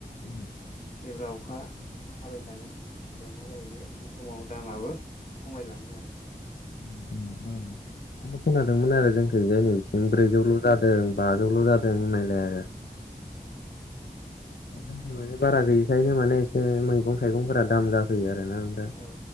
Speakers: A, on the left (about 75°); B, on the left (about 50°).
A: उ
B: जेब्ला अखा हाबाय थागोन बबा मा जाहैयो बे समाव दामाबो खमायलाङो आरो
A: <unintelligible> खोनादोंमोन आरो जोंथ जायनि बिथिं ब्रैजौल'
B: उम
A: जादों बाजौल' जादों होननायलाय आरो
B: ओ
A: द माने बारा गैयिखायनो माने एसे मै मैगं थाइगंफोरा दाम जाफैयो आरो ना दा
B: औ